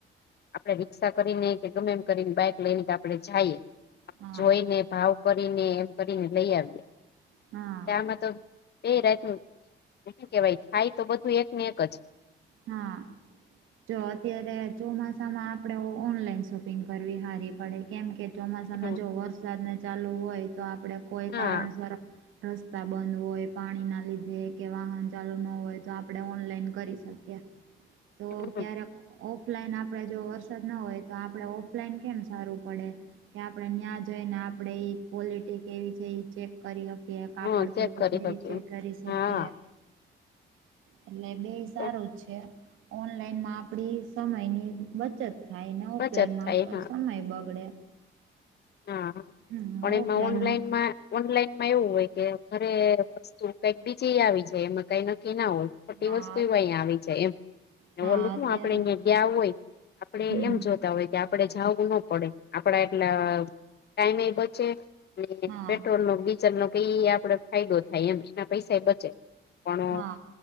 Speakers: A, on the left; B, on the right.
A: આપણે રિક્ષા કરીને કે ગમે એમ કરીને બાઈક લઈને કે આપણે જાઇ
B: હા
A: જોઈને ભાવ કરીને એમ કરીને લઈ આવીએ.
B: હા.
A: એ મા તો બે રાતનું હું કેવાય થાય તો બધું એક ને એક જ
B: હા. જો અત્યારે ચોમાસામાં આપણે ઓનલાઈન શોપિંગ કરવી હારી પડે કેમ કે ચોમાસામાં
A: હમ
B: જો વરસાદને ચાલુ હોય તો આપડે કોઈ
A: હા
B: કારણસર રસ્તા બંધ હોય પાણીના લીધે કે વાહન ચાલુ ન હોય તો આપણે ઓનલાઈન કરી શ <unintelligible> તો
A: હમ
B: ક્યા રા ઓફલાઈન આપણેે જો વરસાદ ના હોય તો આપણે ઓફલાઈન કેમ સારું પડે કે આપણેે ન્યાં જઈ ને આપણેે ઈ કવોલિટી કેવી છે, ઇ ચેક કરી હકીએ કાપડ
A: હમ ચેક
B: કેવું
A: કરી
B: છે,
A: હકી
B: ઇ ચેક કરી શકીએ.
A: હા
B: એટલે બેય સારું
A: તો
B: જ છે, ઓનલાઈનમાં આપડી સમયની બચત થાય <unintelligible> ઓફલાઈન
A: બચત થાય
B: આપણો
A: હા
B: સમય બગડે
A: હા
B: હમ
A: પણ
B: ઓફલાઈનમાં
A: એમાં ઓનલાઈનમાં ઓનલાઈનમાં એવું હોય કે ઘરે વસ્તુ કઈક બીજી આવી જાય એમાં કઈ નક્કી ના હોય. ખોટી
B: હા
A: વસ્તુ અહીં આવી જાય એમ
B: હા
A: ઓલું
B: અત્યારે
A: હું આપડે અહિયાં ગયા હોય આપડે
B: હમ
A: એમ જો તા હોય કે આપડે જાવું ન પડે આપડા એટલા ટાઈમે એ બચે અને
B: હા
A: પેટ્રોલનો ડીઝલનો કઈ આ પડે ફાયદો થાય એમ એના પૈસાય બચે પણ
B: હા